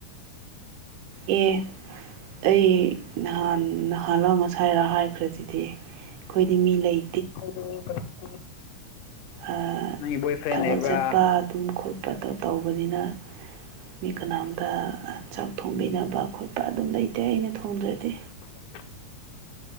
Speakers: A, on the right; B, on the left.
A: ꯑꯦ ꯑꯩ ꯅꯍꯥꯟ ꯅꯍꯥꯟꯂꯥ ꯉꯁꯥꯏꯔ ꯍꯥꯏꯈ꯭ꯔꯗꯨꯗꯤ꯫ ꯑꯩꯈꯣꯏꯗꯤ ꯃꯤ ꯂꯩ
B: <inaudible>
A: ꯑꯥ
B: ꯅꯪꯒꯤ ꯕꯣꯏ ꯐ꯭ꯔꯦꯟ
A: ꯊꯕꯛ
B: ꯂꯩꯕ꯭ꯔꯥ
A: ꯆꯠꯄ ꯑꯗꯨꯝ ꯈꯣꯠꯄꯗꯣ ꯇꯧꯕꯅꯤꯅ ꯃꯤ ꯀꯅꯥꯝꯗ ꯆꯥꯛ ꯊꯣꯡꯕꯤꯅꯕ ꯈꯣꯠꯄ ꯑꯗꯨꯝ ꯂꯩꯇꯦ ꯑꯩꯅ ꯊꯣꯡꯗ꯭ꯔꯗꯤ꯫
B: <inaudible>